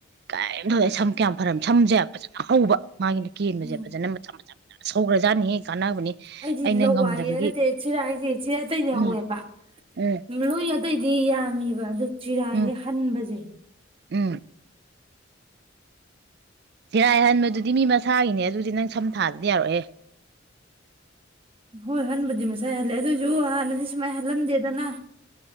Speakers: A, on the right; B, on the right.
A: ꯀꯩꯝ ꯊꯧꯗꯏꯦ ꯁꯝ ꯀꯌꯥꯝ ꯐꯔ ꯁꯝꯁꯦ ꯐꯖꯅ ꯍꯧꯕ ꯃꯥꯒꯤꯅ ꯀꯦꯟꯕꯁꯦ
B: ꯎꯝ
A: ꯐꯖꯅ ꯁꯧꯒ꯭ꯔꯖꯥꯅꯤꯍ ꯀꯥꯟꯅꯕꯅꯤ
B: ꯑꯩꯗꯤ
A: ꯑꯩꯅ
B: ꯂꯋꯥꯏꯌꯦ
A: ꯉꯝꯗꯕꯒꯤ
B: ꯅꯠꯇꯦ ꯆꯦꯔꯥꯛ ꯑꯩꯁꯦ ꯏ ꯆꯦ ꯑꯇꯩꯅꯦ
A: ꯎꯝ
B: ꯍꯧꯋꯦꯕ
A: ꯎꯝ
B: ꯂꯣꯏ ꯑꯇꯩꯗꯤ ꯌꯥ ꯕ ꯑꯗꯨ ꯆꯤꯔꯥꯏꯁꯦ
A: ꯎꯝ
B: ꯍꯟꯕꯁꯩ
A: ꯎꯝ ꯐꯤꯔꯥꯏ ꯍꯟꯕꯗꯨꯗꯤ ꯃꯤ ꯃꯁꯥꯒꯤꯅꯦ ꯑꯗꯨꯗꯤ ꯅꯪ ꯁꯝꯊꯥꯗꯗꯤ ꯌꯥꯔꯛꯑꯦ
B: ꯍꯣꯏ ꯍꯟꯕꯗꯤ ꯃꯁꯥꯏꯂ ꯌꯖꯍꯅꯗꯤ ꯁꯃꯥꯏ ꯍꯜꯂꯂꯝꯗꯦꯗꯅ